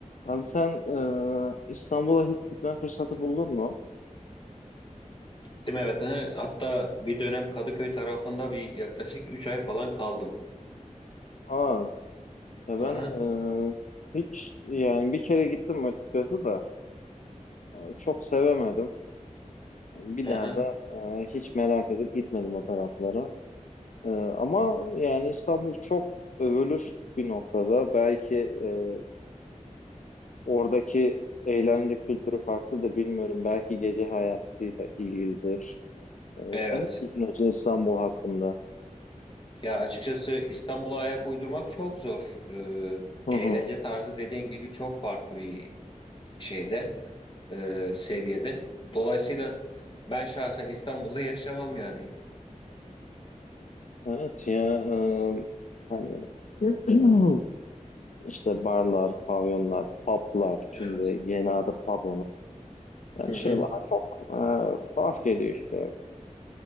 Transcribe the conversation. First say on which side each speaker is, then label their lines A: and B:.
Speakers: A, on the left; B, on the left.
A: Abi sen e, İstanbul'a hiç gitme fırsatı buldun mu?
B: Gittim evet. Hı. Hatta bir dönem Kadıköy tarafında bir yaklaşık 3 ay falan kaldım.
A: Aa, ya ben
B: Hı hı.
A: e, hiç yani bir kere gittim açıkçası da e, çok sevemedim. Bir
B: Hı
A: daha
B: hı.
A: da e, hiç merak edip gitmedim o taraflara. E, ama yani İstanbul çok övülür bir noktada. Belki e, oradaki eğlence kültürü farklıdır bilmiyorum. Belki gece hayatıyla ilgilidir. E,
B: Evet.
A: sen ne düşünüyorsun İstanbul hakkında?
B: Ya açıkçası İstanbul'a ayak uydurmak çok zor. Ee,
A: Hı
B: eğlence
A: hı.
B: tarzı dediğin gibi çok farklı bir şeyde, e, seviyede. Dolayısıyla ben şahsen İstanbul'da yaşamam yani.
A: Evet ya. e, Hani <clears throat> İşte barlar, pavyonlar, publar.
B: Evet.
A: Şimdi yeni adı pub Yani
B: Hı
A: şey
B: hı.
A: bana çok e, tuhaf geliyor işte.